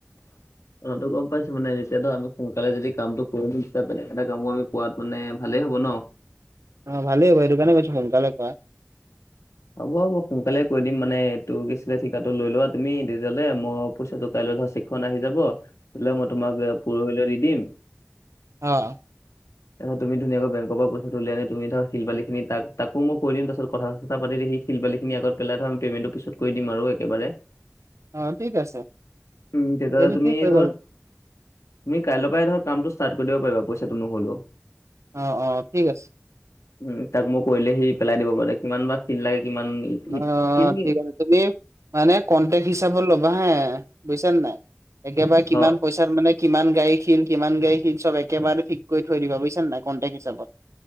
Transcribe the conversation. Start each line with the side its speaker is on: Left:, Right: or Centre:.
Left: <inaudible> কথাটো গম পাইছো, মানে এতিয়াতো আমি সোনকালে যদি কামটো কৰো, তেতিয়া বেলেগ এটা কামো আমি পোৱাত মানে ভালেই হ'ব ন।
Right: অঁ ভালেই হ'ব, সেইটো কাৰণে কৈছো সোনকালে কোৱা।
Left: হ'ব হ'ব সোনকালে কৰি দিম মানে এইটো গৈছিলে ঠিকাটো লৈ লোৱা তুমি তেতিয়াহ'লে মই পইচাটো কাইলৈ চ - ফ আহি যাব, হলে মই তোমাক পৰহিলৈ দি দিম,
Right: অঁ।
Left: <inaudible> তাৰপিছত তুমি ধুনীয়াকৈ বেংকৰ পৰা পইচাটো উলিয়াই তুমি ধৰ শিল বালী ন তাকো মই কৈ দিম তাপাছত কথা প পাতি সি শিল বালিখিন আত পেলাই থ আমি পেমেণ্টটো পিত কৰি দিম আৰু একেবাৰে।
Right: অ' ঠিক আছে
Left: উম তেতিয়া
Right: সেইটো
Left: তুমি
Right: কি কৰিব
Left: ধৰ,
Right: লাগে
Left: তুমি কাইলৰ পৰাই ধৰ কামটো ষ্টাৰ্ট কৰি দিব পাৰিবা পইচাটো নহ'লেও।
Right: অ', অ', ঠিক আছে।
Left: উম, তাক মই কৰিলে সি পেলাই দিব পাৰে, কিমান বা শিল লাগে কিমান ই- ই-
Right: অ,
Left: শিল কি-
Right: ঠিক আছে। তুমি মানে কন্টেক্ট হিচাপত ল'বা হা, বুজিছানে নাই। একেবাৰে কিমান
Left: অ',
Right: পইচা মানে কিমান গাড়ী শিল, কিমান গাড়ী চব একেবাৰে ঠিক কৰি থৈ দিবা বুজিছা নাই কণ্টেক হিচাপত।